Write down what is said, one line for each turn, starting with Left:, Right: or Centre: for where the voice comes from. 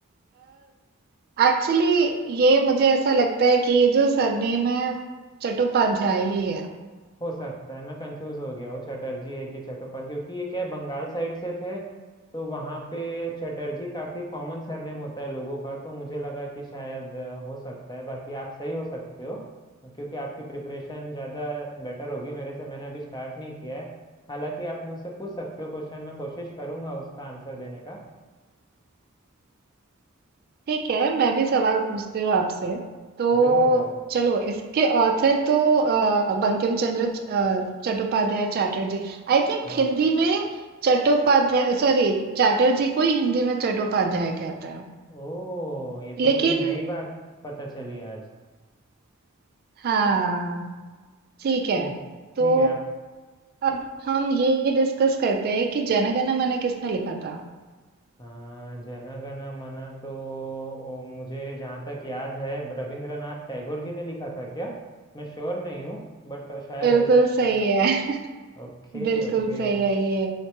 Right: एक्चुअली ये मुझे ऐसा लगता है कि ये जो सरनेम है चट्टोपाध्याय ही है
Left: हो सकता है मैं कंफ्यूज हो गया हूँ चटर्जी है कि चट्टोपाध्याय क्योंकि ये क्या है बंगाल साइड से थे तो वहाँ पे चटर्जी काफी कॉमन सरनेम होता है लोगों का तो मुझे लगा कि शायद अ, हो सकता है बाकी आप सही हो सकते हो क्योंकि आपकी प्रिपरेशन ज़्यादा बेटर होगी मेरे से मैंने अभी स्टार्ट नहीं किया है हालांकि आप मुझसे पूछ सकते हो क्वेश्चन मैं कोशिश करूंगा उसका आंसर देने का
Right: ठीक है मैं भी सवाल पूछती हूँ आपसे तो
Left: ज़रूर ज़रूर
Right: चलो इसके ऑथर तो अ, बंकिम चंद्र च- अ, चट्टोपाध्याय चैटर्जी आई थिंक
Left: हाँ
Right: हिंदी में चट्टोपाध्याय सॉरी चैटर्जी को ही हिंदी में चट्टोपाध्याय कहते हैं
Left: ओ ये तो
Right: लेकिन
Left: मुझे नई बात पता चली आज
Right: हाँ ठीक है
Left: ठीक
Right: तो
Left: ठीक है आप
Right: अब हम ये डिस्कस करते हैं कि जनगण मन किसने लिखा था
Left: हाँ जन गण मन तो ओ, मुझे जहाँ तक याद है ब- रविंद्रनाथ टैगोर जी ने लिखा था क्या मैं श्योर नहीं हूँ बट शायद
Right: बिल्कुल
Left: हो सकता
Right: सही
Left: है
Right: है <laughs>
Left: Okay
Right: बिल्कुल
Left: okay
Right: सही है ये